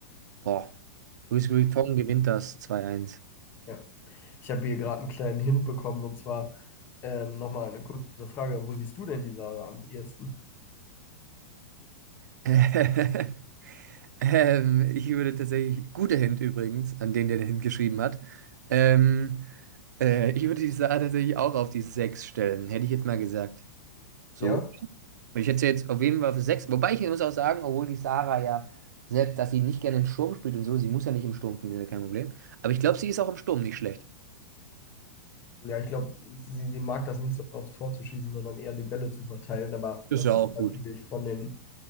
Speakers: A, on the right (about 70°); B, on the left (about 20°).
A: boah, Luis Beton gewinnt das 2-1.
B: Ja. Ich habe hier gerade einen kleinen Hint bekommen und zwar ähm, nochmal eine kurze Frage. Wo siehst du denn die Sarah am ehesten?
A: <laughs> Ähm, ich würde tatsächlich, guter Hint übrigens, an den der den Hint geschrieben hat. Ähm, äh, ich würde die Sache tatsächlich auch auf die 6 stellen, hätte ich jetzt mal gesagt. So
B: Ja?
A: Ich hätte sie jetzt auf jeden Fall für sechs. Wobei ich muss auch sagen, obwohl die Sarah ja, selbst dass sie nicht gerne im Sturm spielt und so, sie muss ja nicht im Sturm spielen, ist ja kein Problem. Aber ich glaube, sie ist auch im Sturm nicht schlecht.
B: Ja, ich glaube, sie, sie mag das nicht so aufs Tor zu schießen, sondern eher die Bälle zu verteilen. Aber
A: ist
B: das
A: ja auch
B: ist natürlich
A: gut.
B: von den,